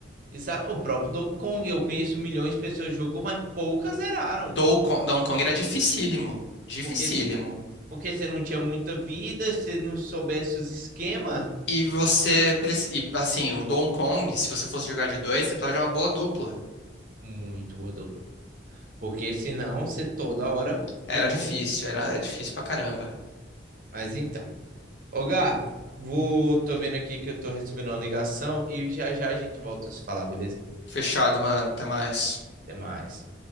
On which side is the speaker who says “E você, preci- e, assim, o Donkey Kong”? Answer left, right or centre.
Left